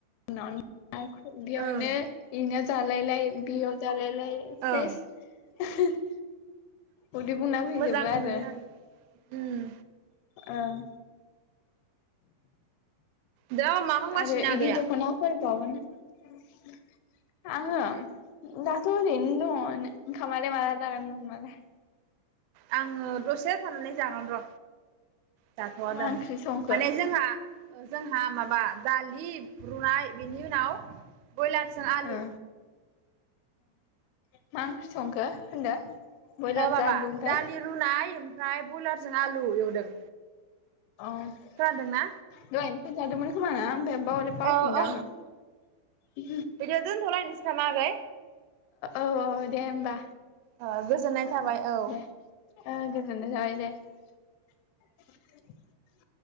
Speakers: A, on the left; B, on the right.
A: न'नि आरो <unintelligible> बुलायलायो
B: ओं
A: बियो जालायलाय बे
B: ओं
A: सेस <unintelligible> उदै बुंना फैजोबो
B: मोजां
A: आरो।
B: मोनो उम
A: ओं।
B: दा मा खालामगासिनो
A: आरो
B: आगैया
A: इदि दख'फोर बावाना आङो? दाथ' ओरैनो दंङ। ओंखामालाय माला जागोन नोंङालाय?
B: आङो दसे थानानै जागोन र'। जाथ' आ
A: मा
B: दानो
A: ओंख्रि संखो
B: माने जोंहा जोंहा मा बा दालि रुनाय बेनि उनाव ब्रयलारजों आलु।
A: ओ ओ मा ओंख्रि संखो होनदो बयलारजों
B: ओ माबा
A: आलु ओमफ्राय
B: दालि रुनाय ओमफ्राय ब्रयलार जा आलु। <unintelligible>
A: <unintelligible>
B: खोनादोंना?
A: जादोंमोन खोमा <unintelligible> बावलै बावफिनदो
B: औ औ
A: आङो औ
B: बिदियाव दोनथ'लायनोसै नामा आगै?
A: औ दे होमबा।
B: ओ गोजोननाय
A: ओ
B: थाबाय औ।
A: दे ओ गोजोननाय थाबाय दे। <unintelligible>